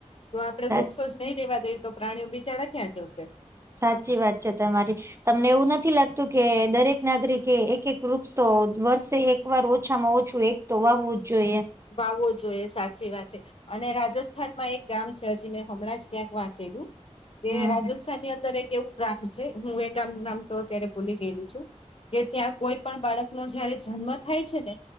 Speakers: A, on the left; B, on the right.
A: જો આપડે
B: સાચી
A: વૃક્સોસ જ નઈ દેવા દઈએ તો પ્રાણીઓ બિચાડા ક્યાં જશે.
B: સાચી વાત છે તમારી તમને એવું નથી લાગતું કે દરેક નાગરિકે એક એક વૃક્ષ તો વર્ષે એક એક વાર ઓછામાં ઓછું એક તો વાવવું જ જોઈએ.
A: વાવો જોઈએ સાચી વાત છે. અને રાજસ્થાનમાં એક ગામ છે હજી મેં હમણાં જ ક્યાંક વાંચેલું, કે
B: હમ
A: રાજસ્થાનની અંદર ર એક એવું ગામ છે, હું એ ગામ નામ તો અત્યારે ભૂલી ગયેલી છું. કે ત્યાં કોઈ પણ બાળક ન જયારે જન્મ થાય છે ને